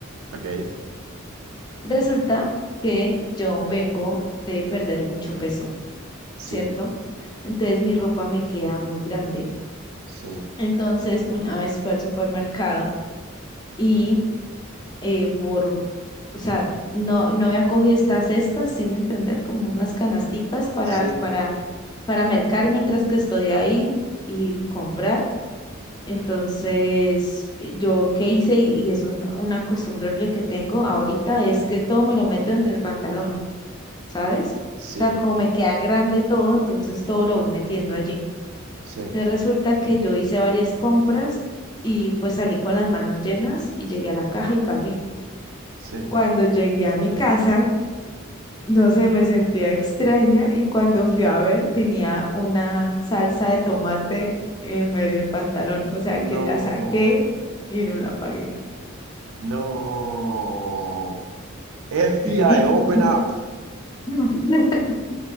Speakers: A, on the right (about 85°); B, on the left (about 20°).
A: Ok.
B: Resulta que yo vengo de perder mucho peso, ¿cierto?
A: Sí,
B: Entonces mi ropa me queda muy grande.
A: sí,
B: Entonces, una vez fue al supermercado y eh, por, o sea, no, no había cogido estas cestas, sin entender, como unas canasticas para,
A: sí,
B: para, para mercar mientras que estoy ahí y comprar. Entonces, eh, yo qué hice, y, y es un- una costumbre horrible que tengo ahorita, es que todo me lo meto entre el pantalón, ¿sabes?
A: sí,
B: O sea, como me queda grande todo, entonces todo lo voy metiendo allí.
A: sí,
B: Entonces resulta que yo hice varias compras y pues salí con las manos llenas y llegué a la caja y pagué.
A: sí.
B: Cuando llegué a mi casa, no sé, me sentía extraña y cuando fui a ver tenía una salsa de tomate en medio del pantalón, o sea
A: No,
B: que la saqué y no la pagué.
A: no. FBI,
B: Sí.
A: open up.
B: <laughs>